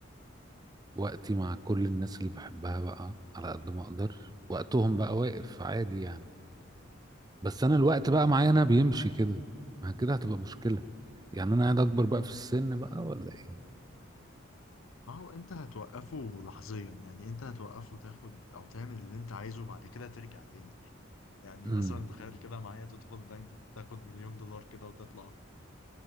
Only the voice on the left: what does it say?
ما هو انت هتوقفه لحظيا يعني انت هتوقفه تاخد او تعمل اللي انت عايزه بعد كده ترجع تاني يعني
مثلا تخيل كده معايا تدخل بنك تاخد مليون دولار كده وتطلع